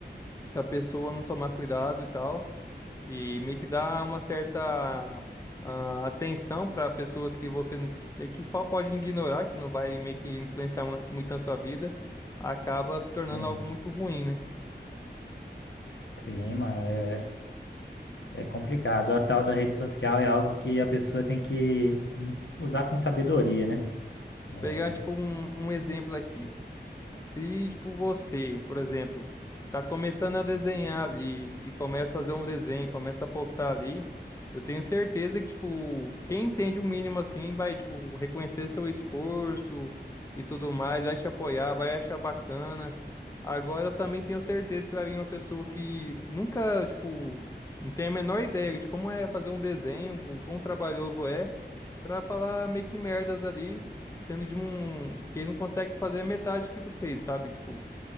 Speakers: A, on the left; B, on the left.
A: se a pessoa não tomar cuidado e tal, e meio que dá uma certa ah, atenção para pessoas que você n- meio que só pode ignorar, que não vai meio que influenciar mu- muito na sua vida, acaba se tornando
B: tem
A: algo muito ruim, né?
B: sim, mano, é, é complicado. A tal da rede social é algo que a pessoa tem que hum, usar com sabedoria, né? É,
A: Pegar, tipo, um, um exemplo aqui. Se, tipo, você, por exemplo, tá começando a desenhar ali e começa a fazer um desenho, começa a postar ali, eu tenho certeza que, tipo, quem entende o mínimo assim vai, tipo, reconhecer seu esforço e tudo mais, vai te apoiar, vai achar bacana. Agora eu também tenho certeza que vai vir uma pessoa que nunca, tipo, não tem a menor ideia de como é fazer um desenho, o quão trabalhoso é pra falar meio que merdas ali, sendo de um que ele não consegue fazer a metade que tu fez, sabe? Tipo,